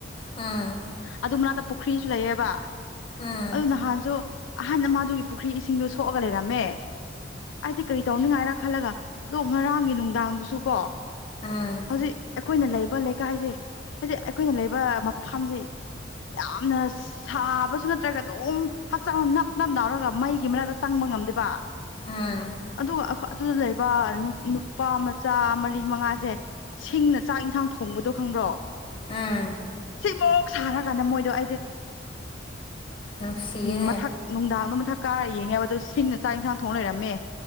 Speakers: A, on the left (about 30°); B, on the left (about 75°).
A: ꯎꯝ
B: ꯑꯗꯨ ꯃꯅꯥꯛꯇ ꯄꯨꯈ꯭ꯔꯤꯁꯨ ꯂꯩꯌꯦꯦꯕ
A: ꯎꯝ
B: ꯑꯗꯨ ꯅꯍꯥꯟꯁꯨ ꯑꯍꯥꯟꯕꯗ ꯃꯥꯗꯨꯒꯤ ꯄꯨꯈ꯭ꯔꯤ ꯏꯁꯤꯡꯗꯣ ꯁꯣꯛꯑꯒ ꯂꯩꯔꯝꯃꯦ ꯑꯩꯗꯤ ꯀꯔꯤ ꯇꯧꯅꯤꯡꯉꯥꯏꯔ ꯈꯜꯂꯒ ꯑꯗꯣ ꯉꯔꯥꯡꯒꯤ ꯅꯨꯡꯗꯥꯡꯗꯨꯁꯨ ꯀꯣ ꯍꯧꯖꯤꯛ
A: ꯎꯝ
B: ꯑꯩꯈꯣꯏꯅ ꯂꯩꯕ ꯂꯩꯀꯥꯏ ꯍꯥꯏꯁꯦ ꯍꯥꯏꯗꯤ ꯑꯩꯈꯣꯏꯅ ꯂꯩꯕ ꯃꯐꯝꯁꯤ ꯌꯥꯝꯅ ꯁꯥꯕꯁꯨ ꯅꯠꯇ꯭ꯔꯒ ꯑꯗꯨꯝ ꯍꯛꯆꯥꯡ ꯅꯞ ꯅꯞ ꯅꯥꯎꯔꯒ ꯃꯩꯒꯤ ꯃꯅꯥꯛꯇ ꯆꯪꯕ ꯉꯥꯝꯗꯣꯏꯕ
A: ꯎꯝ
B: ꯑꯗꯨꯒ ꯑꯗꯨꯗ ꯂꯩꯕ ꯅꯨꯄꯥ ꯃꯆꯥ ꯃꯔꯤ ꯃꯉꯥꯁꯦ ꯁꯤꯡꯅ ꯆꯥꯛ ꯏꯟꯁꯥꯡ ꯊꯣꯡꯕꯗꯣ ꯈꯪꯕ꯭ꯔꯣ
A: ꯎꯝ
B: ꯏꯝꯃꯣꯛ ꯁꯥꯔꯀꯥꯟꯗ ꯃꯣꯏꯗꯣ ꯑꯩꯗꯤ
A: ꯅꯨꯡꯁꯤꯌꯦꯅꯦ
B: ꯎ ꯃꯊꯛ ꯅꯨꯡꯗꯥꯡꯗꯣ ꯃꯊꯛ ꯀꯥꯔ ꯌꯦꯡꯉꯦꯕ ꯑꯗꯨ ꯁꯤꯡꯅ ꯆꯥꯛ ꯌꯦꯟꯁꯥꯡ ꯊꯣꯡꯅ ꯂꯩꯔꯝꯃꯦ